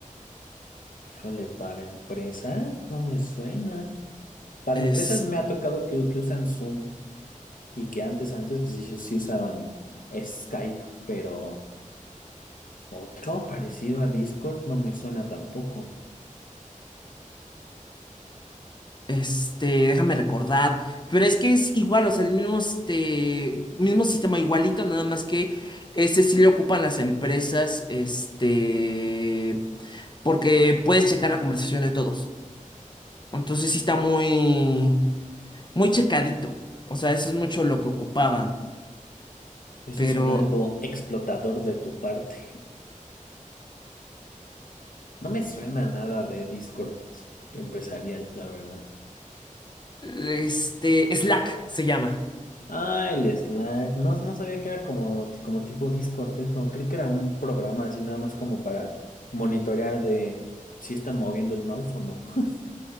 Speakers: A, on the left; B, on the left.
A: Híjole, ¿para empresas? No me suena. Para
B: Es.
A: empresas me ha tocado que, que usan Zoom y que antes, antes, pues ellos sí usaban Skype, pero otro parecido a Discord no me suena tampoco.
B: Este. Déjame recordar. Pero es que es igual, o sea, el mismo este. Mismo sistema igualito, nada más que. Ese sí le ocupan las empresas. Este. Porque puedes checar la conversación de todos. Entonces sí está muy. Muy checadito. O sea, eso es mucho lo que ocupaban.
A: Eso
B: Pero
A: suena algo explotador de tu parte. No me suena nada de Discord empresarial, la verdad.
B: Este, Slack se llama.
A: Ah, el Slack. No, no sabía que era como, como tipo Discord eso. Creí que era un programa así nada más como para monitorear de si está moviendo el mouse o no. <laughs>